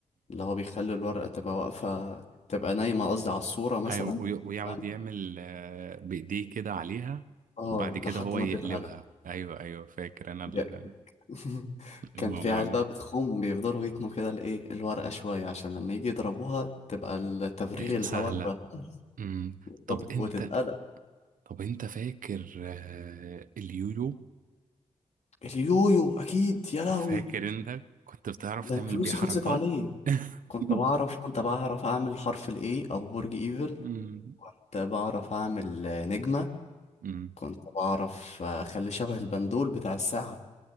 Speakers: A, on the left (about 55°); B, on the right (about 85°).
A: اللي هو بيخلي الورقة تبقى واقفة تبقى نايمة قصدي على الصورة مثلا
B: أيوة، وي- ويقعد
A: تمام
B: يعمل آه، بإيديه كده عليها
A: اه
B: وبعد كده
A: لحد
B: هو
A: ما
B: يقلبها
A: تتقلب
B: أيوه أيوه فاكر أنا ال-
A: دي- <laughs>
B: الموضوع
A: كان في عيال
B: ده
A: بقى بتخوم بيفضلوا يتنوا كده الايه الورقة شوية عشان لما يجي يضربوها تبقى التفريغ
B: آه،
A: الهواء
B: سهلة
A: يبقى سهل.
B: أمم.
A: بالظبط
B: طب أنت
A: <laughs> وتتقلب
B: طب أنت فاكر آه، اليويو
A: اليويو اكيد يا لهوي
B: فاكر أنت كنت بتعرف
A: ده
B: تعمل
A: انا فلوسي
B: بيه حركات
A: خلصت عليه
B: <laughs>
A: كنت بعرف كنت بعرف اعمل حرف الاي او برج ايفل
B: أمم.
A: كنت بعرف أعمل نجمة
B: أمم.
A: كنت بعرف أخليه شبه البندول بتاع الساعة